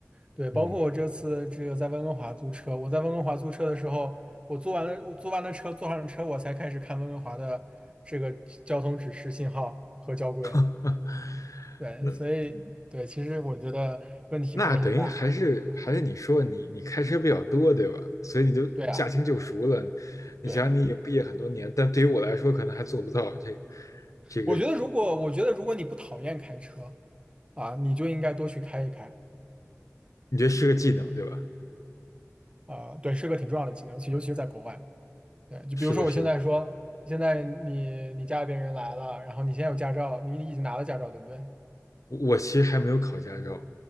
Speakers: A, on the right (about 20°); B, on the left (about 80°).
A: 对，包括我这次这个在温哥华租车，
B: 嗯，
A: 我在温哥华租车的时候，我租完了，我租完了车，坐上车，我才开始看温哥华的这个交通指示信号和交规。
B: <laughs>
A: 对，
B: 那
A: 所以对，其实我觉得问题不是很大。
B: 那等于还是还是你说你你开车比较多，对吧？所以你就驾轻就熟了。
A: 对啊，
B: 你想想，
A: 对，
B: 你已经毕业很多年，但对于我来说，可能还做不到这这个。
A: 我觉得如果我觉得如果你不讨厌开车啊，你就应该多去开一开。
B: 你觉得是个技能，
A: 嗯，
B: 对吧？
A: 啊、对，是个挺重要的技能，尤其尤其是在国外。对，就比如说我现在说，
B: 是的，是的。
A: 现在你你家里边人来了，然后你现在有驾照，你已经拿了驾照，对不对？
B: 我我其实还没有考驾照，